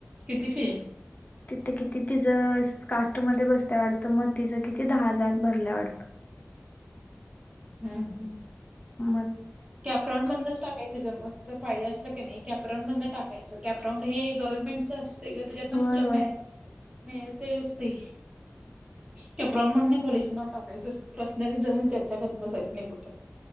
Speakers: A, on the right; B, on the left.
A: किती फी?
B: तिथं किती तिचं कास्ट मध्ये बसत्या वाटतं मग तिचं किती दहा हजार भरल्या वाटतं. <inaudible>
A: हम्म हम्म.
B: म
A: कॅप राऊंड मधनंच टाकायचं ग मग जर पाहिजे असलं की नाही. कॅपराऊंड मधन टाकायचं कॅपरांउड हे गव्हर्नमेंटचं असतंय ग त्याच्यातनं
B: होय
A: तुला
B: होय
A: मिळालं मिळतंयच ते. कॅप राऊंड मधनं कॉलेजचं नाव टाकायचं पपर्सनली जाऊन चर्चा करत बसायची नाही कुठं.